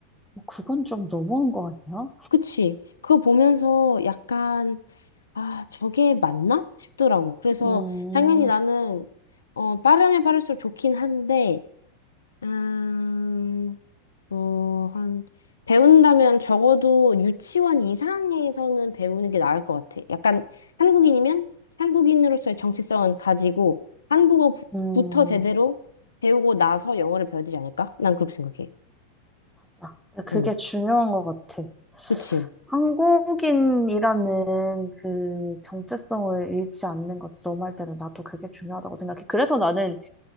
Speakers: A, in the centre; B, on the left.
A: 어, 그건 좀 너무한 거 아니야?
B: 그치. 그거 보면서 약간, 아, 저게 맞나? 싶더라고. 그래서
A: 음,
B: 당연히 나는, 어, 빠르면 빠를수록 좋긴 한데, 음, 어, 한, 배운다면 적어도 유치원 이상에서는 배우는 게 나을 것 같아. 약간 한국인이면 한국인으로서의 정체성은 가지고 한국어부터
A: 음,
B: 제대로 배우고 나서 영어를 배워야 되지 않을까? 난 그렇게 생각해.
A: 맞아. 근데 그게
B: 응,
A: 중요한 것 같아.
B: 그치.
A: 한국인이라는 그 정체성을 잃지 않는 것도 너 말대로 나도 그게 중요하다고 생각해. 그래서 나는